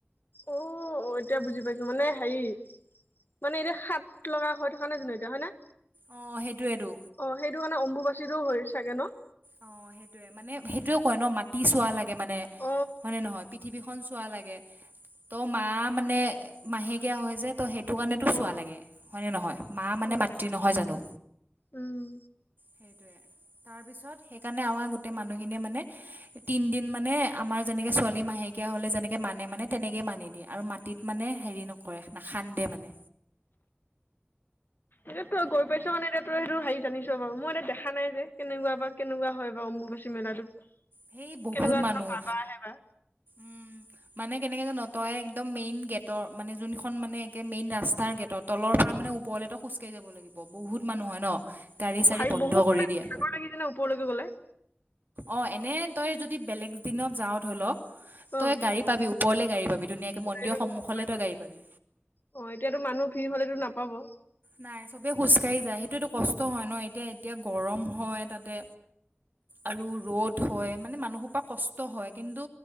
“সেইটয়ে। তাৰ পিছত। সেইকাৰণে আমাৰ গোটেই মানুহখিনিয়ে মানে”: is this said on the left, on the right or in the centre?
Right